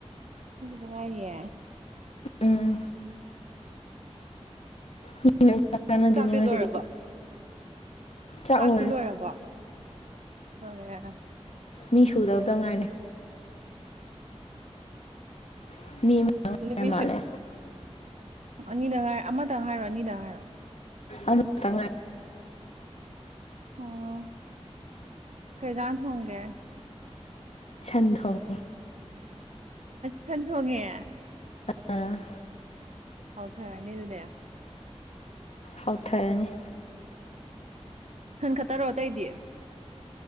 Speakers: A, on the right; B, on the left.
A: ꯉꯥꯏꯔꯤꯌꯦ <unintelligible> <inaudible>
B: ꯎꯝ ꯃꯤ ꯆꯥꯛ ꯆꯥꯟꯅꯗꯣꯏꯅꯦ
A: ꯆꯥꯛꯇꯤ
B: ꯉꯁꯤꯗꯤ
A: ꯂꯣꯏꯔꯕꯣ
B: ꯆꯥꯛ
A: ꯆꯥꯛꯇꯤ
B: ꯂꯣꯏꯔꯦ
A: ꯂꯣꯏꯔꯕꯣ ꯂꯣꯏꯔꯦ
B: ꯃꯤ ꯁꯨꯗꯕꯗ ꯉꯥꯏꯔꯦ <unintelligible>
A: ꯃꯤꯁꯨ
B: ꯃꯥꯜꯂꯦ
A: ꯑꯅꯤꯗꯪ ꯍꯥꯏꯔ ꯑꯃꯇꯪ ꯍꯥꯏꯔꯣ ꯑꯅꯤꯗꯪ ꯍꯥꯏꯔꯣ
B: ꯑꯃꯇꯪ
A: ꯑꯣ ꯀꯩ ꯍꯦꯟꯖꯥꯡ ꯊꯣꯡꯒꯦ
B: ꯁꯥꯟ ꯊꯣꯡꯉꯦ꯫
A: ꯁꯟ ꯊꯣꯡꯉꯦ
B: ꯑ
A: ꯍꯥꯎꯊꯔꯥꯅꯤ ꯑꯗꯨꯗꯤ
B: ꯍꯥꯎꯊꯔꯅꯤ
A: ꯁꯟ ꯈꯠꯇꯔꯣ ꯑꯇꯩꯗꯤ